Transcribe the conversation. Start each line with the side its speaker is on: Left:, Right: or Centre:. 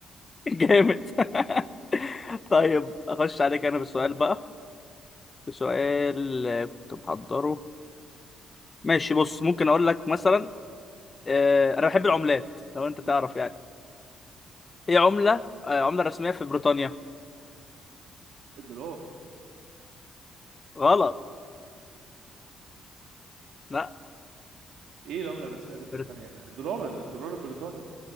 Left: <laughs> جامد <laughs> طيب اخش عليك انا بسؤال بقى بسؤال آه، كنت محضره ماشي بص ممكن اقول لك مثلا آه، انا بحب العملات لو انت
Right: <laughs>
Left: تعرف يعني ايه عملة آه، عملة رسمية في بريطانيا
Right: الدولار
Left: غلط لا
Right: ايه العمله الرسميه لبريطانيا
Left: بريط...
Right: الدولار الدولار البريطاني